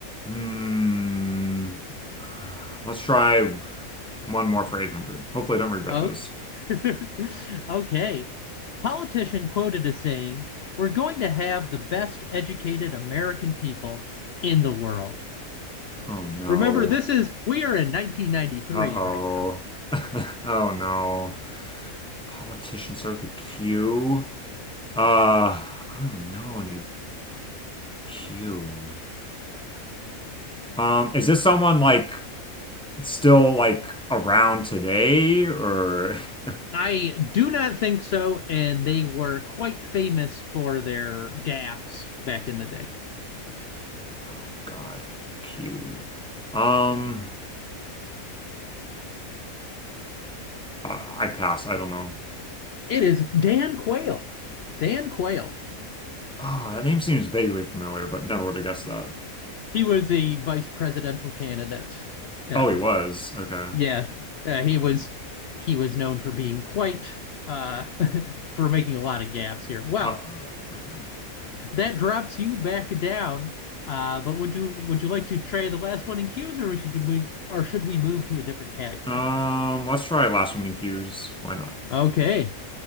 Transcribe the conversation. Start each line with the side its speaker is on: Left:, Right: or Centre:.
Centre: Hmm. <sighs> Let's try one more for 800. Hopefully, I don't regret
Left: Okay.
Centre: this.
Left: <laughs> Okay. Politician quoted as saying, We're going to have the best educated American people in the world.
Centre: Oh no.
Left: Remember, this is, we are in 1993
Centre: Uh-oh.
Left: right now.
Centre: <laughs> Oh no. Politicians start with a Q. Uh, I don't even know any Q. Um, is this someone like still like around today or <laughs>
Left: I do not think so. And they were quite famous for their gaffes back in the day.
Centre: oh God, Q. Um, I, I pass. I don't know.
Left: It is Dan Quayle. Dan Quayle.
Centre: Oh, that name seems vaguely familiar, but never would have guessed that.
Left: He was the vice presidential candidate. Uh,
Centre: Oh, he was. Okay.
Left: yes, uh, he was. He was known for being quite uh, <laughs> for making a lot of gaffes here. Well,
Centre: Uh, uh, okay.
Left: that drops you back down. Uh, but would you would you like to try the last one in cues, or we should we or should we move to a different category?
Centre: Um, let's try last one in Q's. Why not?
Left: Okay,